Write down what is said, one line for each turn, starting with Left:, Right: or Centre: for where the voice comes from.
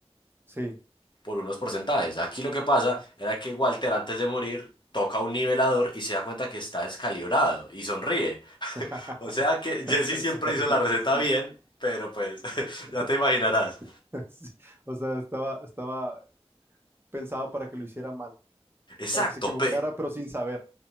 Right: Sí.
Left: por unos porcentajes. Aquí lo que pasa era que Walter antes de morir toca un nivelador y se da cuenta que está descalibrado y sonríe.
Right: <laughs>
Left: O sea que
Right: Ya
Left: Jesse
Right: se
Left: siempre
Right: sabía,
Left: hizo la receta
Right: sí.
Left: bien, pero pues <laughs>
Right: <laughs>
Left: ya te imaginarás.
Right: Sí. O sea, estaba, estaba pensado para que lo hiciera mal,
Left: Exacto,
Right: para que se equivocara,
Left: pe-
Right: pero sin saber.